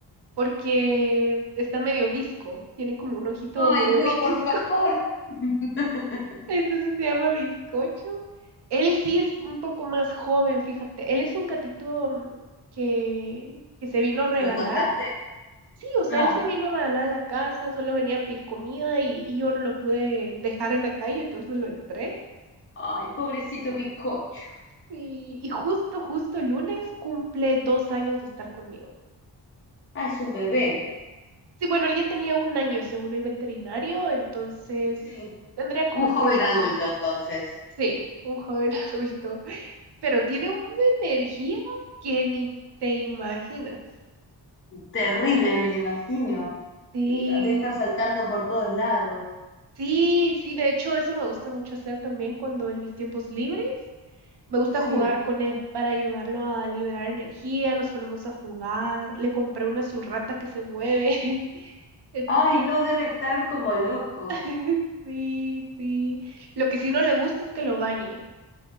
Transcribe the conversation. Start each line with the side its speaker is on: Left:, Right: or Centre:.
Right: porque está medio visco. Tiene como un ojito
Left: ay,
Right: medio
Left: no,
Right: <laughs> visco.
Left: por favor. <laughs>
Right: Entonces se llama Bizcocho. Él sí es un poco más joven, fíjate. Él es un gatito mm, que, que se vino a regalar.
Left: ¿Lo encontraste?
Right: Sí, o sea,
Left: Ah,
Right: él se vino a regalar a la casa, solo venía a pedir comida y, y yo no lo pude dejar en la calle, entonces lo entré.
Left: Ay, pobrecito bizcocho.
Right: Y, y justo, justo el lunes cumple dos años de estar conmigo.
Left: ah, es un bebé.
Right: Sí, bueno, él ya tenía un año según el veterinario, entonces
Left: Sí.
Right: tendría como
Left: Un joven
Right: tres años.
Left: adulto, entonces.
Right: Sí, un joven <laughs> adulto, pero tiene una energía que ni te imaginas.
Left: Terrible, me lo imagino.
Right: Sí,
Left: Debe estar saltando por todos lados.
Right: sí, sí, de hecho eso me gusta mucho hacer también cuando en mis tiempos libres me gusta
Left: Sí.
Right: jugar con él para ayudarlo a liberar energía, nos ponemos a jugar, le compré una surrata que se mueve, <laughs> entonces,
Left: Ay, no debe estar como loco.
Right: <laughs> sí, sí. Lo que sí no le gusta es que lo bañe.